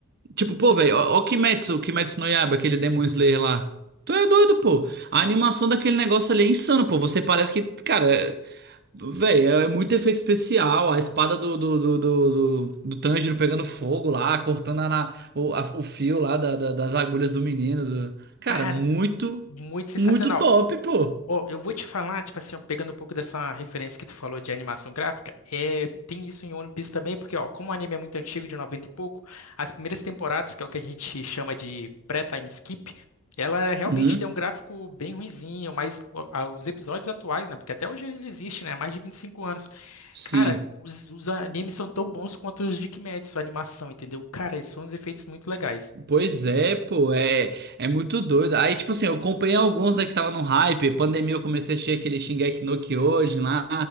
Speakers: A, on the right (about 50°); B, on the left (about 80°).
A: Tipo, pô, velho, ó, ó Kimetsu, Kimetsu no Yaiba, aquele Demon Slayer lá. Tu é doido, pô. A animação daquele negócio ali é insano, pô. Você parece que, cara, é- velho, é é muito efeito especial. A espada do, do, do, do, do, do Tanjiro pegando fogo lá, cortando a, na- o, a- o fio lá da- da- das agulhas do menino. do- Cara,
B: Cara.
A: muito,
B: Muito sensacional.
A: muito top, pô.
B: Ó, eu vou te falar, tipo assim, ó, pegando um pouco dessa referência que tu falou de animação gráfica, é, tem isso em One Piece também, porque, ó, como o anime é muito antigo, de 90 e pouco, as primeiras temporadas, que é o que a gente chama de pré-time skip, ela realmente
A: Uhum,
B: tem um gráfico bem ruinzinho, mas ó, a- os episódios atuais, né, porque até hoje ele existe, né, há mais de 25 anos.
A: sim.
B: Cara, os, os animes são tão bons quanto os de Kimetsu, a animação, entendeu? Cara, são uns efeitos muito legais.
A: Pois é, pô, é, é muito doido. Aí, tipo assim, eu acompanhei alguns, né, que tava no hype. Pandemia, eu comecei a assistir aquele Shingeki no Kyojin lá.